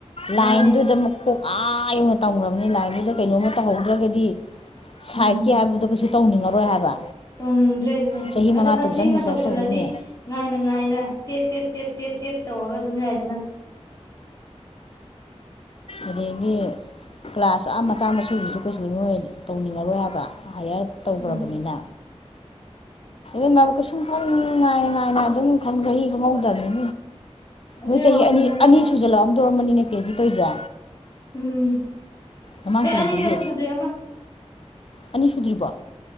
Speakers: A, on the left; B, on the left.
A: ꯂꯥꯏꯟꯗꯨꯗ
B: ꯃꯥꯅꯦ
A: ꯑꯃꯨꯛ ꯀꯣꯛꯀꯥ ꯌꯧꯅ ꯇꯝꯈ꯭ꯔꯕꯅꯤ ꯂꯥꯏꯟꯗꯨꯗ ꯀꯩꯅꯣꯝꯃ ꯇꯧꯍꯧꯗ꯭ꯔꯒꯗꯤ ꯁꯥꯏꯠꯀꯤ
B: ꯎꯝ
A: ꯍꯥꯏꯗꯣ ꯀꯩꯁꯨ ꯇꯧꯅꯤꯡꯉꯔꯣꯏ ꯍꯥꯏꯕ
B: ꯇꯧꯅꯤꯡꯗ꯭ꯔꯦ ꯑꯗꯨꯅꯦ
A: ꯆꯍꯤ ꯃꯉꯥ
B: ꯑꯗꯨꯅ
A: ꯇꯔꯨꯛ
B: ꯁꯤꯃ
A: ꯆꯪ ꯔꯤꯁꯥꯔꯁ
B: ꯇꯧꯁꯤꯜꯂꯗꯤ
A: ꯇꯧꯗꯣꯏꯅꯦ
B: ꯉꯥꯏꯅ ꯉꯥꯏꯅ ꯇꯦꯠ ꯇꯦꯠ ꯇꯦꯠ ꯇꯦꯠ ꯇꯦꯠ ꯇꯧꯔꯒ ꯑꯗꯨꯝ ꯌꯥꯏꯗꯅ
A: ꯑꯗꯤ ꯀ꯭ꯂꯥꯁ ꯆꯥ ꯃꯆꯥꯝꯃ ꯁꯨꯕꯤꯁꯨ ꯀꯩꯁꯨ ꯅꯣꯏ ꯇꯧꯅꯤꯡꯉꯔꯣꯏ ꯍꯥꯏꯕ ꯍꯥꯏꯌꯔ ꯇꯧꯈ꯭ꯔꯕꯅꯤꯅ
B: ꯎꯝ
A: ꯑꯗꯨꯕꯨ ꯀꯩꯁꯨꯝ ꯈꯪ ꯅꯥꯏꯅ ꯅꯥꯏꯅ ꯑꯗꯨꯝ ꯈꯪꯖ ꯈꯪꯍꯧꯗꯕꯅꯤ
B: ꯑꯗꯨꯏ
A: ꯅꯣꯏ ꯆꯍꯤ
B: ꯋꯥꯈꯜꯗꯅꯤꯗ
A: ꯑꯅꯤ ꯑꯅꯤ ꯁꯨꯖꯜꯂꯛ ꯑꯝꯗ꯭ꯔꫭ ꯕꯅꯤꯅꯦ ꯑꯦ ꯍꯧꯖꯤꯛ ꯇꯧꯏꯖꯦ
B: ꯎꯝ
A: ꯃꯃꯥꯡ
B: ꯍꯦ
A: ꯆꯍꯤꯗꯒꯤ
B: ꯑꯅꯤ ꯒ ꯁꯨꯗ꯭ꯔꯤ ꯑꯃ
A: ꯑꯅꯤ ꯁꯨꯗ꯭ꯔꯤꯕꫭ